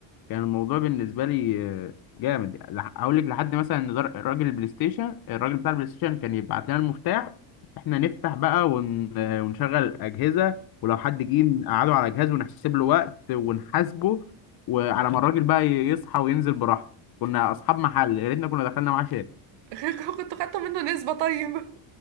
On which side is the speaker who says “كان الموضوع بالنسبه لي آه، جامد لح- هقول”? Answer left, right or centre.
Left